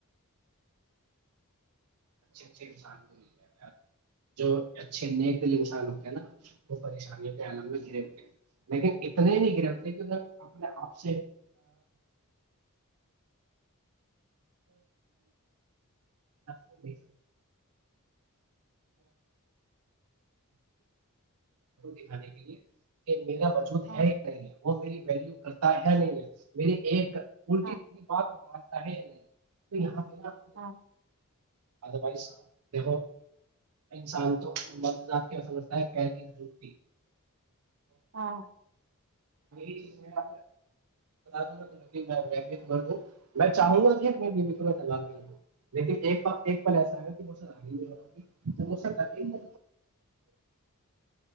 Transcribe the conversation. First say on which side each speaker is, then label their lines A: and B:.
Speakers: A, on the right; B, on the right.
A: ا اھے انسان کو م جائے گا جو اچھے نیک دل انسان ہوتے ہیں نا وہ پریشانیوں کے عم میں گرے ہوتے ہیں لیکن اتنے ہی نہیں گرے ہوتے کہ اپنے آپ سے م دکھانے کے لیے <unintelligible> میرا وجود
B: ہوں
A: ہے ہی نہیں ہے وہ میری ویلو کرتا ہے نہیں ہے میری ایک <unintelligible> الٹی
B: ہوں
A: کی بات پے نہیں تو یہاں پہ <inaudible>
B: ہوں
A: ادروائز دیکھو انسان تو مدذات کیا سمجھتا ہے پہلی جتی
B: ہوں
A: ی بتا دوں گا دوں میں چاہوں گا کہ اپنے بیب داوں لیکن پل ایسا رہ گا کہ مج آگےؤگیج